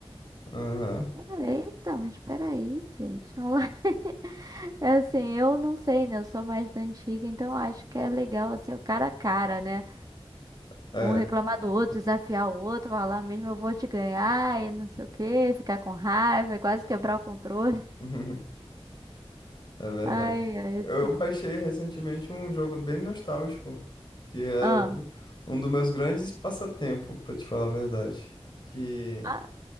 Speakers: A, on the left (about 45°); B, on the right (about 35°).
A: Aham.
B: Eu, Eita, mas peraí, gente, <laughs> online. É assim, eu não sei, né? Eu sou mais da antiga, então eu acho que é legal, assim, o cara a cara, né?
A: É.
B: Um reclamar do outro, desafiar o outro, falar mesmo, eu vou te ganhar e não sei o quê, ficar com raiva e quase quebrar o controle.
A: <laughs> É verdade.
B: Ai, ai,
A: Eu
B: esse tipo.
A: baixei recentemente um jogo bem nostálgico, que era
B: Ah,
A: um dos meus grandes passatempos, pra te falar a verdade. Que
B: ah,